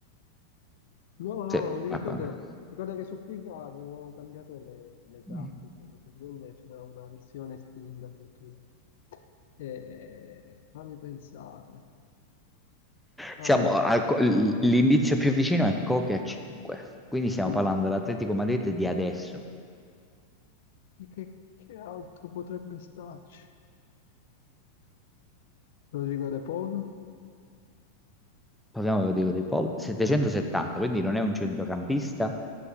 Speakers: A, on the left; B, in the centre.
A: No, no,
B: Sì,
A: no, mi
B: al
A: ricordo,
B: contrario.
A: ricordo che su FIFA avevo cambiato le, le tappe,
B: Mm.
A: cioè praticamente c'era una versione estinta addirittura. E, fammi pensare, fammi...
B: Siamo al co- l- l'indizio più vicino è Coque a 5. Quindi stiamo
A: mm.
B: parlando dell'Atletico Madrid di adesso.
A: Che, che che altro potrebbe starci? Rodrigo De Paul?
B: parliamo dico, dei Paul, 770, quindi non è un centrocampista.